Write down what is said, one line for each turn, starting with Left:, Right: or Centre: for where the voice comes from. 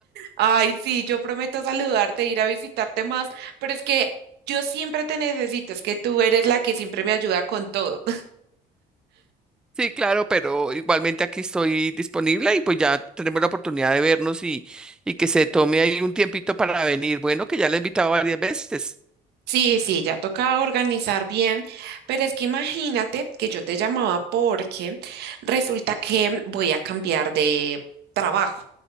Right: Ay, sí, yo prometo saludarte, ir a visitarte más, pero es que yo siempre te necesito, es que tú eres la que siempre me ayuda con todo.
Centre: Sí, claro, pero igualmente aquí estoy disponible y pues ya tenemos la oportunidad de vernos y, y que se tome ahí un tiempito para venir. Bueno, que ya la he invitado varias veces.
Right: Sí, sí, ya toca organizar bien, pero es que imagínate que yo te llamaba porque resulta que voy a cambiar de trabajo.